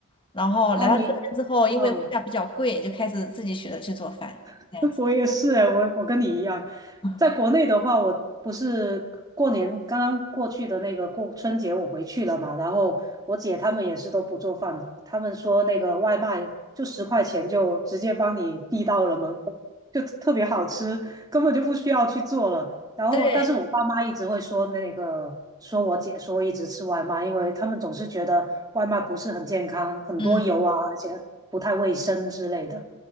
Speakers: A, on the left (about 25°); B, on the right (about 15°).
A: 然后来到这边之后，
B: 哦，你，
A: 因为物价比较贵，
B: 哦。
A: 就开始自己学着去做饭。
B: <laughs>
A: 这样子。
B: 我也是哎，我我跟你一样，
A: 嗯，
B: 在国内的话，我不是过年刚刚过去的那个过春节，我回去了嘛，然后我姐他们也是都不做饭的，他们说那个外卖就十块钱就直接帮你递到了门口，就特别好吃，根本就不需要去做了。然后，
A: 对，
B: 但是我爸妈一直会说那个说我姐说一直吃外卖，因为他们总是觉得外卖不是很健康，很多油啊，
A: 嗯，
B: 而且不太卫生之类的。